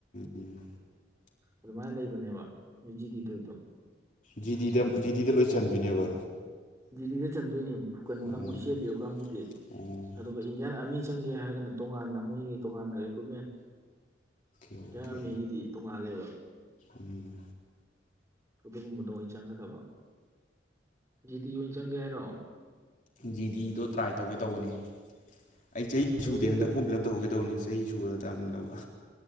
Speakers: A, on the left; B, on the right.
A: ꯎꯝ
B: ꯑꯗꯨꯃꯥꯏꯅ ꯂꯩꯕꯅꯦꯕ ꯍꯧꯔꯤꯖꯤꯇꯤ ꯊꯣꯏꯗꯣ
A: ꯖꯤꯗꯤꯗ ꯖꯤꯗꯤꯗ ꯂꯣꯏ ꯆꯟꯗꯣꯏꯅꯦꯕ
B: ꯗꯤꯜꯂꯤꯗ ꯆꯟꯗꯣꯏꯅꯤ ꯀꯩꯅꯣ
A: ꯎꯝ
B: ꯀꯥꯡꯕꯨꯗꯤ ꯁꯤ ꯑꯦ ꯄꯤ ꯑꯣꯐ ꯀꯥꯡꯕꯨꯗꯤ
A: ꯑꯣꯀꯦ
B: ꯑꯗꯨꯒ ꯏꯟꯗꯤꯌꯥꯟ ꯑꯥꯔꯃꯤ ꯆꯪꯒꯦ ꯍꯥꯏꯔꯒꯅ ꯇꯣꯉꯥꯟꯅ ꯃꯣꯏꯒꯤ ꯇꯣꯉꯥꯟꯅ ꯔꯤꯀ꯭ꯔꯨꯠꯃꯦꯟ
A: ꯑꯣꯀꯦ
B: ꯏꯟꯗꯤꯌꯟ ꯑꯔꯃꯤꯒꯤꯗꯤ ꯇꯣꯉꯥꯟ ꯂꯩꯕ
A: ꯎꯝ
B: ꯑꯗꯨꯒꯨꯝꯕꯗꯣ ꯑꯣꯏꯅ ꯆꯪꯒꯗꯕ ꯖꯤꯗꯤ ꯑꯣꯏꯅ ꯆꯪꯒꯦ ꯍꯥꯏꯔꯣ
A: ꯖꯤꯗꯤꯗꯣ ꯇ꯭ꯔꯥꯏ ꯇꯧꯒꯦ ꯇꯧꯕꯅꯤ ꯑꯩ ꯆꯍꯤ
B: ꯇꯧꯋꯣ
A: ꯁꯨꯗꯦ ꯍꯟꯗꯛ
B: ꯀꯩꯅꯣ
A: ꯐꯣꯝꯤꯂꯞ ꯇꯥꯍꯧꯒꯦ ꯗꯧꯕꯅꯤ ꯆꯩ ꯁꯨꯔ ꯇꯝꯗꯕ